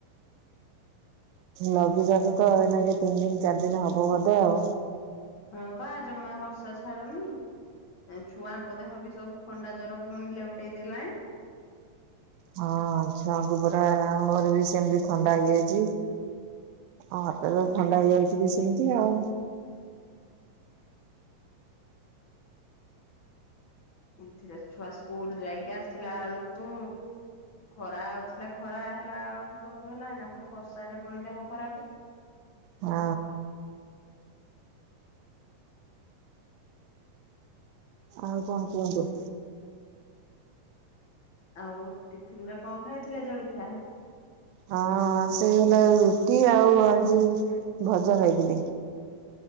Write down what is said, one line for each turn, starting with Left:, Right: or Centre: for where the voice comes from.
Right: ଲଘୁଚାପ ତ ଏନାଗି ତିନି ଦିନ ଚାରି ଦିନ ହବ ବୋଧେ ଆଉ।
Left: ହଁ ବା ଜମା ବର୍ଷା ଛାଡୁନି। ଛୁଆଙ୍କ ଦେହ ବି ସବୁ ଥଣ୍ଡା ଜର ପୁଣି ଲେଉଟେଇ ଦେଲାଣି।
Right: ହଁ ଛୁଆଙ୍କୁ ପୁରା ଆମର ବି ସେମିତି ଥଣ୍ଡା ହେଇଯାଇଚି। ମତେ ବି ଥଣ୍ଡା ହେଇଯାଇଚି ବି ସେମିତି ଆଉ।
Left: ଏଥିରେ ଛୁଆ ସ୍କୁଲ୍ ଯାଇକି ଆସିଲା ଵେଳୁକୁ ଖରା ଆଉଥିଲା ଖରା ହେଲା ବେଳକୁ ହେଲା ଏଇନା ପୁଣି ବର୍ଷା ଯେ ପୁଣି ଦେହ ଖରାପେ।
Right: ହଁ। ଆଉ କଣ କୁହନ୍ତୁ?
Left: ଆଉ ଟିଫିନ ରେ କଣ ଖାଇଥିଲେ ଜଳଖିଆ?
Right: ହଁ ସେ ହେଲା ରୁଟି ଆଉ ଆଜି ଭଜା ଖାଇଥିଲି।